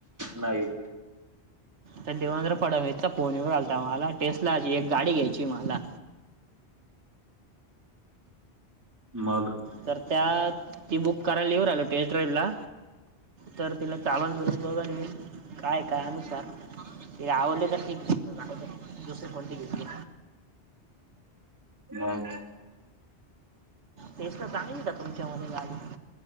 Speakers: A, on the right; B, on the right.
A: नाही.
B: तर देवेंद्र फडणवीसचा फोन येऊ राहिलंता माला, टेस्ला ची एक गाडी घ्यायची माला.
A: मग.
B: तर त्यात ती बुक करायला यु राहिलो टेस्ट ड्राईव्हला. तर तिला चालून बिलून बघन मी काय, काय अनुसार. ती आवडली तर ठीक, नाही तर जाऊ दया दुसरी कोणती घेतली.
A: मग.
B: टेसला चांगली का तुमच्या मधे गाडी.